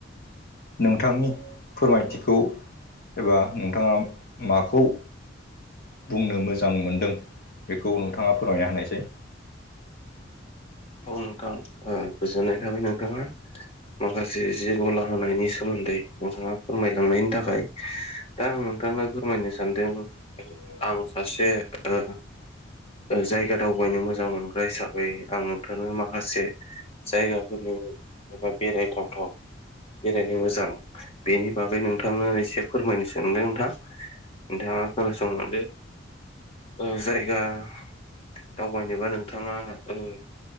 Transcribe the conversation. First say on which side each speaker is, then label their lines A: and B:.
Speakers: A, on the left (about 55°); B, on the left (about 30°).
A: नोंथांनि फोरमायथिखौ एबा नोंथाङा माखौ बुंनो मोजां मोनदों बेखौ नोंथाङा फोरमायना होनायसाय।
B: बुं नोंथां ओ गोजोननाय थाबाय नोंथाङा माखासे जि गला होनायनि सोमोन्दै नोंथाङा फोरमायलांनायनि थाखाय। दा आं नोंथांनो फोरमायनो सानदों आं सासे ओ जायगा दावबायनो मोजां मोनग्रा हिसाबै आं नोंथांनो माख माखासे जायगाफोरनि म एबा बेरायथावथाव बेरायनो मोजां बेनि बागै नोंथांनो एसे फोरमायनो सानदों नोंथां। नोंथाङा खोनासंलांदो। ओ जायगा दावबायनोबा नोंथाङा औ।